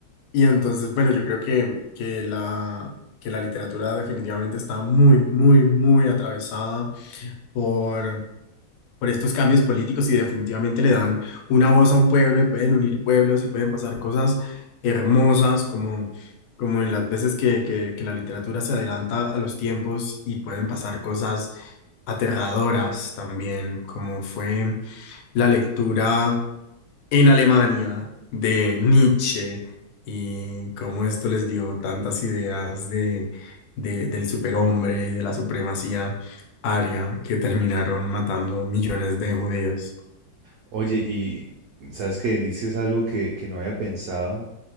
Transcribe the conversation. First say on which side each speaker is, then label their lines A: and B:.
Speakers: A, on the left; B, on the right.
A: y entonces, bueno, yo creo que, que la, que la literatura definitivamente está muy, muy, muy atravesada por, por estos cambios políticos y definitivamente le dan una voz a un pueblo y pueden unir pueblos y pueden pasar cosas hermosas como, como en las veces que, que, que la literatura se adelanta a los tiempos y pueden pasar cosas aterradoras también, como fue la lectura en Alemania de Nietzsche y cómo esto les dio tantas ideas de, de- del superhombre y de la supremacía aria que terminaron matando millones de judíos.
B: Oye, y sabes que dices algo que, que no había pensado,